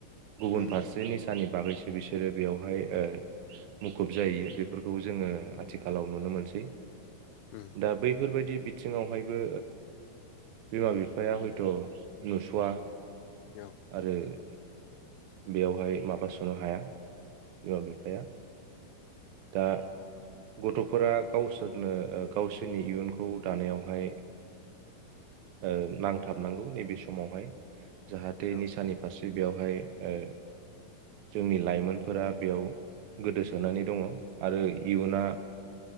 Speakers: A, on the right; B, on the left.
A: गुबुन
B: उम
A: फारसे निसानि बागैसो बिसोरो बेयावहाय ओ मुखुब जायो बेफोरखौ जोङो आथिखालाव नुनो मोनसै
B: उम
A: दा बैफोरबायदि बिथिंआवहायबो बिमा बिफाया हयथ' नुस'वा
B: औ
A: आरो बेयावहाय माबा स'नो हाया बिमा बिफाया दा गथ'फोरा गावसो सोरनो गावसोरनि इयुनखौ दानायावहाय ओ नां हाबनांगौ नैबे समावहाय जाहाथे
B: औ
A: निसानि फारसे बेवहाय ओ जोंनि लाइमोनफोरा बेयाव गोदोसोनानै दङ आरो इयुना